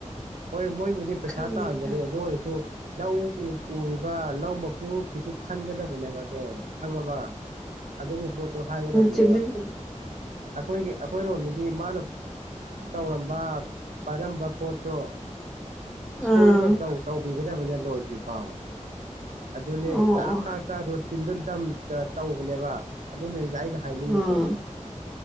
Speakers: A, on the right (about 80°); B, in the centre.
A: ꯍꯣꯏ ꯃꯣꯏꯕꯨꯗꯤ ꯄꯩꯁꯥ
B: ꯈꯪꯗꯦ
A: ꯇꯥꯟꯕꯅꯤ
B: ꯈꯪꯗꯦ
A: ꯑꯗꯨ ꯑꯣꯏꯔꯁꯨ ꯂꯧ ꯎꯔꯤꯕ ꯂꯧ ꯃꯄꯨ ꯀꯩꯁꯨ ꯈꯟꯒꯗꯕꯅꯦꯕ ꯑꯗꯣ ꯈꯪꯉꯕ ꯑꯗꯨꯒꯤ ꯄꯣꯠꯇꯣ ꯍꯥꯏꯒꯗꯕꯅꯦꯕ
B: ꯆꯨꯝꯃꯦ ꯆꯨꯝꯃꯦ
A: ꯑꯩꯈꯣꯏꯒꯤ ꯑꯩꯈꯣꯏꯔꯣꯝꯗꯗꯤ ꯃꯥꯅ ꯇꯧꯔꯝꯕ ꯄꯥꯏꯔꯝꯕ ꯄꯣꯠꯇꯣ ꯁꯣꯏꯗꯅꯧ
B: ꯑꯥ
A: ꯇꯧꯕꯤꯒꯗꯕꯅꯤ ꯂꯣꯏꯗ꯭ꯔꯤ ꯐꯥꯎ ꯑꯗꯨꯅꯦ
B: ꯑꯣ
A: ꯇꯥꯛ
B: ꯑꯣ
A: ꯇꯥꯛ ꯇ ꯔꯣꯇꯤꯟꯗꯣ ꯗꯝ ꯇꯧꯕꯅꯦꯕ ꯑꯗꯨꯅꯗꯨꯗ ꯑꯩꯅ ꯍꯥꯏꯅꯤꯡꯉꯤꯁꯦ
B: ꯎꯝ